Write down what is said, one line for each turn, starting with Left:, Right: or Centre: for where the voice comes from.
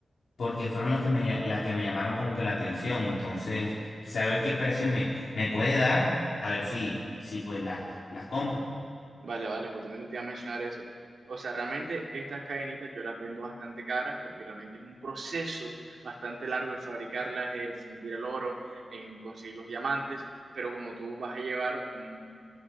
Left: porque fueron los que me, las que me llamaron como que la atención. Entonces, quizá ver qué precio me, me puede dar, a ver si, si pues las, las compro.
Right: Vale, vale, justamente te iba a mencionar eso. O sea, realmente estas cadenitas yo las vendo bastante caras porque realmente es un proceso bastante largo el fabricarlas, el fundir el oro, en conseguir los diamantes, pero como tú vas a llevar un,